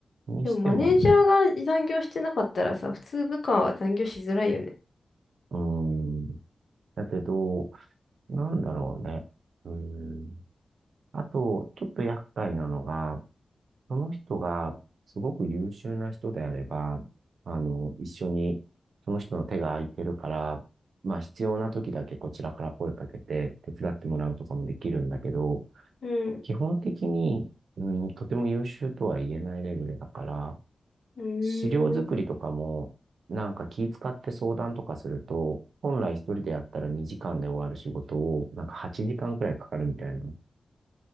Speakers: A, on the right; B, on the left.
A: にしてもね、
B: でもマネージャーが残業してなかったらさ、普通部下は残業しづらいよね。
A: うーん。だけど、なんだろうね。うーん。あと、ちょっと厄介なのが、その人がすごく優秀な人であれば、あの、一緒に、その人の手が空いてるから、まあ必要な時だけこちらから声かけて手伝ってもらうとかもできるんだけど、
B: うん。う
A: 基本的に、うん、とても優秀とは言えないレベルだから、
B: ー
A: 資料作りとかも、
B: ん。
A: なんか気使って相談とかすると、本来一人でやったら2時間で終わる仕事を、なんか8時間くらいかかるみたいな。